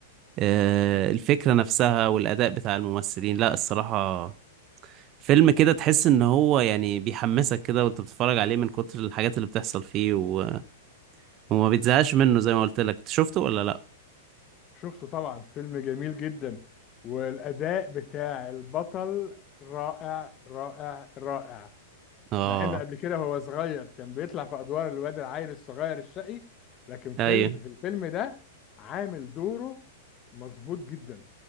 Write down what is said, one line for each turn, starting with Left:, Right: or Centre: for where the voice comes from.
Right: آه، الفكرة نفسها والأداء بتاع الممثلين لا الصراحة فيلم كده تحس إن هو يعني بيحمسك كده وأنت بتتفرج عليه من كتر الحاجات اللي بتحصل فيه و... وما بتزهقش منه زي ما قلت لك شفته ولا لأ؟
Left: شفته طبعا فيلم جميل جدا والأداء بتاع البطل رائع رائع رائع
Right: آه
Left: مع إنه قبل كده هو صغير كان بيطلع في أدوار الواد العيل الصغير الشقي لكن فيلم
Right: أيوه
Left: في الفيلم ده عامل دوره مظبوط جدا